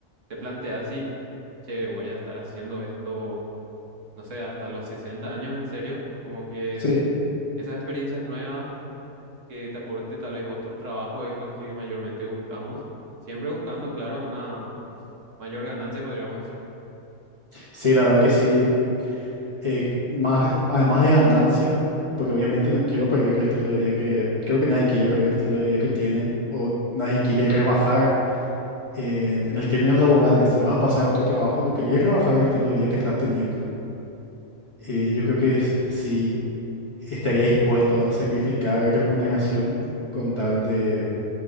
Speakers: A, on the right (about 60°); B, on the left (about 25°).
A: te planteas así, che, voy a estar haciendo esto, no sé, hasta los 60 años en serio, como que
B: sí,
A: esas experiencias nuevas que te aporte tal vez otro trabajo es lo que mayormente buscamos, siempre buscando, claro, una mayor ganancia, podríamos decir.
B: sí, la verdad que sí. Eh, más, además de ganancia, porque obviamente no quiero perder el estilo de vida que, creo que nadie quiere perder el estilo de vida que tiene o nadie quiere rebajar en, en el términos laborales. Si vas a pasar a otro trabajo, no querés rebajar el estilo de vida que estás teniendo. Eh, yo creo que es- si estaría dispuesto a sacrificar remuneración con tal de